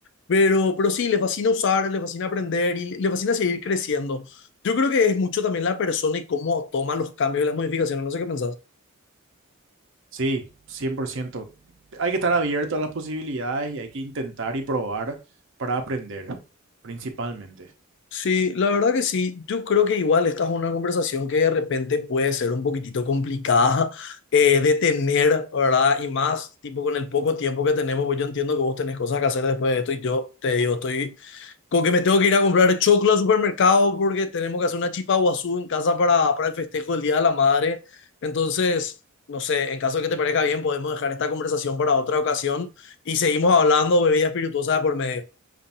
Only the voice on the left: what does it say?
pero, pero sí, le fascina usar, le fascina aprender y le fascina seguir creciendo. Yo creo que es mucho también la persona y cómo toma los cambios y las modificaciones, no sé qué pensás.
Sí, la verdad que sí. Yo creo que igual esta es una conversación que de repente puede ser un poquitito complicada eh, de tener, ¿verdad? Y más, tipo, con el poco tiempo que tenemos, pues yo entiendo que vos tenés cosas que hacer después de esto y yo te digo, estoy con que me tengo que ir a comprar choclo al supermercado porque tenemos que hacer una chipa guazú en casa para, para el festejo del Día de la Madre. Entonces, no sé, en caso de que te parezca bien, podemos dejar esta conversación para otra ocasión y seguimos hablando bebidas espirituosas de por medio.